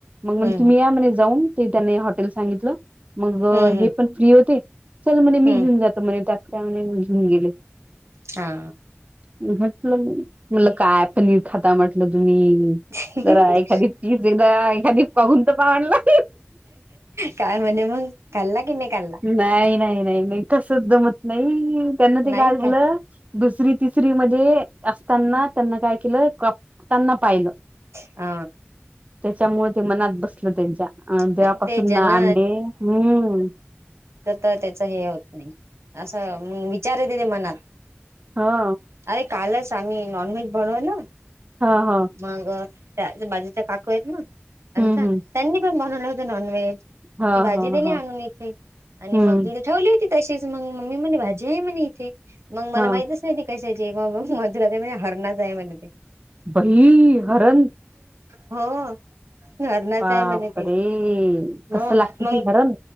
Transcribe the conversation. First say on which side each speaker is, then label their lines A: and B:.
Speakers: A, on the right; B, on the right.
A: मग मण
B: हम्म
A: तुम्ही या म्हणे. जाऊन ते त्यांनी हॉटेल सांगितलं मग
B: हम्म हम्म
A: हे पण फ्री होते चल म्हने मी
B: हम्म
A: घेऊन जात त म्हणे त्यात काय म्हने लगेच घेऊन गेले.
B: हा!
A: म्हटलं मग म्हनंलं काय पनीर खाता म्हटलं तुम्ही.
B: हा
A: जरा एखादी पीस एकदा एखादी पाहूंन त पाहनं लं.
B: काय म्हणे मग खांल्ला कि नही खाल्ला.
A: नाही नाही, नाही नाही, कस दमत नाही त्यांना ते
B: नाही
A: काय झालं.
B: का
A: दुसरी तिसरी मध्ये असताना त्यांना काय केलं कापताना पाहिलं.
B: अ!
A: त्याच्यामुळे ते मनात बसलं त्यांच्या अं तेवापासून
B: नाही ते ज्यांना
A: ना अंडे हूं!
B: क त त्याच हे होत नाही असं मंग विचार येते ते मनात.
A: हा!
B: अरे कालच आम्ही नॉनव्हेज बनवल.
A: हा हा!
B: मग त्या अजून बाजूच्या काकू आहेत ना,
A: हम्म
B: आमच्या
A: हम्म
B: त्यांनी पण बनवलं होत नॉनव्हेज. ती
A: ह
B: भाजी
A: ह
B: दिली
A: ह
B: आणून इथे आणि
A: हम्म
B: मग तिथे ठेवली होती तशीच मग मम्मी म्हणे भाजी नहीं म्हणे. ठी मग मला
A: ह
B: माहितच नाही ती कशाची हे मग मंजुळा ताई म्हने हरणाच आहे म्हणे ते.
A: बई हरण
B: हो हंरनाच
A: बापरे
B: आहे म्हणे ते. हो
A: कसं लागत
B: मंग.
A: ते हरण